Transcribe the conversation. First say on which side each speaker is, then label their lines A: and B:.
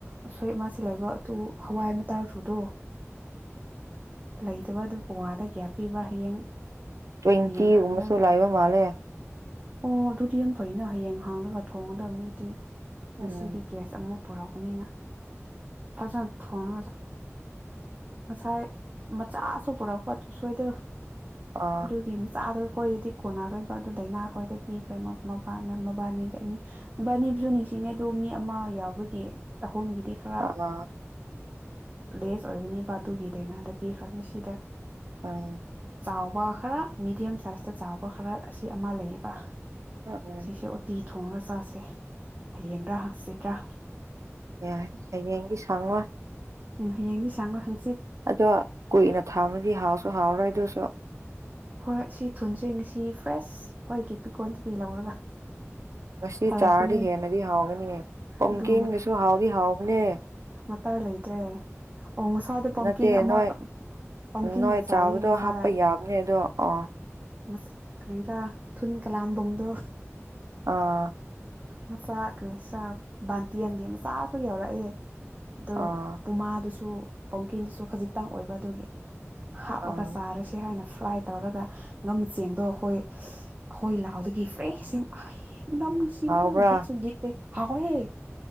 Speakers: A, on the right; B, on the right.
A: ꯑꯁꯣꯏ ꯃꯥꯁꯤꯦ ꯂꯩꯕ ꯑꯗꯨ ꯍꯋꯥꯏ ꯑꯃ ꯇꯥꯔ ꯊꯨꯗꯣ ꯂꯩꯇꯕ ꯑꯗꯨꯕꯨ ꯋꯥꯗ ꯀꯌꯥ ꯄꯤꯕ꯭ꯔꯥ ꯍꯌꯦꯡ
B: ꯇ꯭ꯋꯦꯟꯇꯤ
A: ꯍꯌꯦꯡ ꯍꯪꯔꯒ
B: ꯎꯁꯨꯂꯕ ꯃꯥꯦ
A: ꯑꯣ ꯑꯗꯨꯗꯤ ꯌꯥꯝ ꯐꯩꯅ ꯍꯌꯦꯡ ꯍꯥꯡꯉꯒ ꯊꯣꯡꯒꯗꯕꯅꯤꯗꯤ
B: ꯎꯝ
A: ꯉꯁꯤꯗꯤ ꯒꯦꯁ ꯑꯃꯨꯛ ꯄꯨꯔꯛꯄꯅꯤꯅ ꯄꯁ ꯊꯅ ꯉꯁꯥꯏ ꯃꯆꯥꯁꯨ ꯄꯨꯔꯛꯀ ꯁꯣꯏꯗ
B: ꯑꯥ
A: ꯑꯗꯨꯒꯤ ꯃꯆꯥꯗꯣ ꯍꯣꯏꯗꯤ ꯀꯣꯟꯅꯔꯣꯏꯕ ꯑꯗꯨ ꯗꯥꯏꯅꯥ ꯍꯈꯣꯏꯗ ꯄꯤꯈ꯭ꯔꯦ ꯃꯕꯥꯅꯤꯗ ꯑꯅꯤ ꯃꯕꯥꯅꯤꯕꯨꯁꯨ ꯅꯤꯡꯁꯤꯡꯉꯤ ꯑꯗꯨꯣ ꯃꯤ ꯑꯃ ꯌꯥꯎꯕꯒꯤ ꯑꯣꯝꯒꯤꯗꯤ ꯈꯔ
B: ꯑꯥ
A: ꯂꯦꯁ ꯑꯣꯏꯒꯅꯤ ꯕꯥ ꯑꯗꯨꯒꯤꯗꯩꯅꯗ ꯄꯤꯈ꯭ꯔꯕꯅꯤ ꯁꯤꯗ
B: ꯑꯝ
A: ꯆꯥꯎꯕ ꯈꯔ ꯃꯤꯦꯗꯤꯌꯝ ꯁꯥꯏꯖꯇ ꯆꯥꯎꯕ ꯈꯔ ꯑꯁꯤ ꯑꯃ ꯂꯩꯌꯦꯕ
B: ꯎꯝ
A: ꯁꯤꯁꯦ ꯑꯣ ꯇ ꯊꯣꯡꯉꯒ ꯆꯥꯁꯦ ꯍꯌꯦꯡꯗ꯭ꯔꯥ ꯍꯪꯆꯤꯠꯇ꯭ꯔꯥ
B: ꯌꯥꯔ ꯀ ꯌꯥꯒꯤ ꯁꯥꯎ
A: ꯎꯝ ꯍꯌꯦꯡꯗꯤ ꯁꯥꯡꯅ ꯍꯪ
B: ꯑꯗꯣ ꯀꯨꯏꯅ ꯊꯥꯝꯃꯗꯤ ꯍꯥꯎꯁꯨ ꯍꯥꯎꯔꯣꯏꯗ ꯇ
A: ꯍꯣꯏ ꯁꯤ ꯊꯨꯟꯁꯦ ꯉꯁꯤ ꯐ꯭ꯔꯦꯁ ꯍꯣꯏꯒꯤ ꯄꯤꯀꯣꯟꯗꯒꯤꯗꯒꯤꯩ ꯂꯧꯔꯒ
B: ꯉꯁꯤ
A: ꯊꯥꯔꯛꯄꯅꯦ
B: ꯆꯥꯔꯗꯤ ꯍꯦꯟꯅꯗꯤ ꯍꯥꯎꯒꯅꯤ ꯄꯝꯀꯤꯟꯒꯁꯨ
A: ꯑꯗꯨ
B: ꯍꯥꯎꯗꯤ ꯍꯥꯎꯕꯅꯦ
A: ꯃꯇꯥ ꯂꯩꯇ꯭ꯔꯦ ꯑꯣ ꯉꯁꯥꯗꯣ ꯄꯝꯀꯤꯟ
B: ꯅꯠꯇꯦ
A: ꯑꯃꯒ
B: ꯅꯣꯏ
A: ꯄꯝꯀꯤꯟꯒ
B: ꯅꯣꯏ
A: ꯆꯥꯏꯌꯦ
B: ꯆꯥꯕꯗꯣ
A: ꯉꯁꯥꯏ
B: ꯍꯥꯞꯄ ꯌꯥꯕꯅꯦ ꯑꯗꯣ ꯑꯣ
A: ꯃꯁꯛ ꯀꯔꯤꯔꯥ ꯊꯨꯟ ꯀꯂꯥꯝꯕꯣꯡꯗꯣ
B: ꯑꯥ
A: ꯃꯆꯥ ꯀ꯭ꯔꯦ ꯁꯥꯔ ꯕꯥꯟꯇꯦꯟꯒꯤꯦ ꯃꯆꯥꯁꯨ ꯌꯥꯎꯔꯛꯑꯦ ꯑꯗꯣ
B: ꯑꯥ
A: ꯄꯨꯃꯥꯗꯨꯁꯨ ꯄꯣꯡꯀꯤꯗꯨꯁꯨ ꯈꯖꯤꯛꯇꯪ ꯑꯣꯏꯕ ꯑꯗꯨꯒꯤ ꯍꯥꯞꯄꯒ
B: ꯑꯥ
A: ꯆꯥꯔꯁꯤ ꯍꯥꯏꯅ ꯐ꯭ꯔꯥꯏ ꯇꯧꯔꯒ ꯉꯝ ꯆꯦꯡꯗꯣ ꯑꯩꯈꯣꯏ ꯑꯩꯈꯣꯏ ꯂꯥꯎꯗꯒꯤ ꯐ꯭ꯔꯦꯁ ꯌꯥꯝ ꯃꯗꯥ ꯃꯅꯨꯡꯁꯤꯕꯅꯒ
B: ꯍꯥꯎꯕ꯭ꯔꯥ
A: ꯒꯤꯁꯨꯒꯤꯠꯇ ꯍꯍꯣꯍꯦ